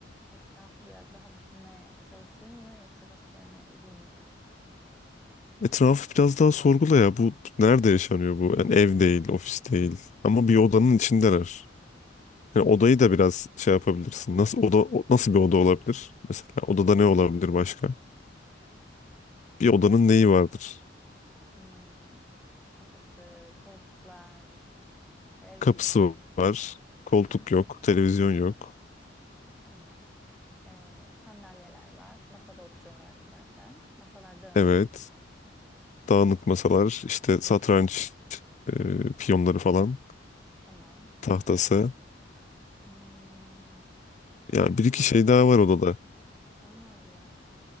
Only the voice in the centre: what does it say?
Etrafı biraz daha düşünmeye çalışayım mı yoksa başka yöne gideyim mi sence?
Hmm, kapısı, koltuklar, televizyon.
Tamam. Ee, sandalyeler var. Masada oturuyorlardı zaten. Masalar dağınık.
Tamam.
Hmm, başka.
Allah Allah.